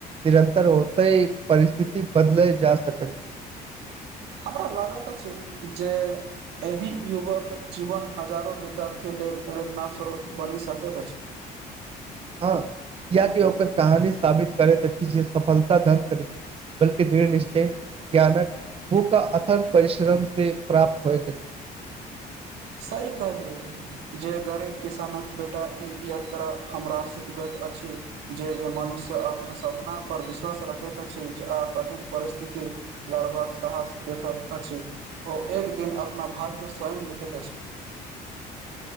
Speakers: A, on the right (about 35°); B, on the right (about 80°).
A: निरन्तर होतै परिस्थिति बदलै जा सकैत अछी
B: हमरा लागतऽ अछी जे एहि युगक जीवन हजारो विद्यार्थी लेल प्रेरण स्रोत बनि सकैत अछि
A: हँ कियाकि ओकर कहानी साबित करैत अछि जे सफलता धन से नहि बल दृढ़ निश्चय ज्ञानक भू का अथन परिश्रम से प्राप्त होयके
B: सही कहलिय। जे गरीब किसान कऽ बेटा यो तह हमरा सिखबेके अछि जे मनुष्य अपना सपना पर विश्वास रखैत अछि जे आ कठिन परिस्थिति लड़बा कऽ साहस देखैत अछि ओ एक दिन अपना भाय के स्वयं लिखैत अछि